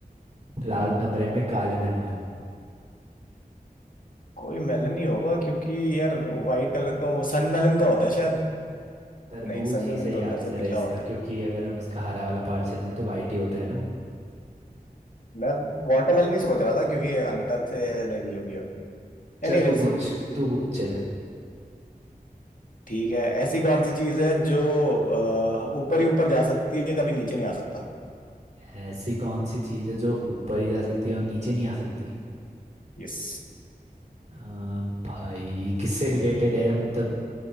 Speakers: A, on the left; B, on the right.
A: हम्म
B: लाल कमरे में काले मेहमान
A: कोई मेलन ही होगा क्योंकि यार व्हाइट कलर का वो सन मेलन का होता है शायद
B: तरबूज
A: नहीं सन
B: ही
A: मेलन
B: सही
A: तो अंदर
B: आंसर
A: से
B: है
A: पीला
B: इसका
A: होता
B: क्योंकि
A: है
B: अगर हम उसका हरा वाला पार्ट से दें तो वाइट ही होता है ना वो
A: मैं वाटरमेलन ही सोच रहा था क्योंकि अंदर से लगी होगी
B: चल
A: एनीवेज
B: तू पूछ तू पूछ चल
A: ठीक है ऐसी कौन सी चीज है जो अ, ऊपर ही ऊपर जा सकती है कभी नीचे नहीं आ सकता
B: ऐसी कौन सी चीज है जो ऊपर ही जा सकती है और नीचे नहीं आ सकती
A: यस
B: आ, भाई किससे रिलेटेड है मतलब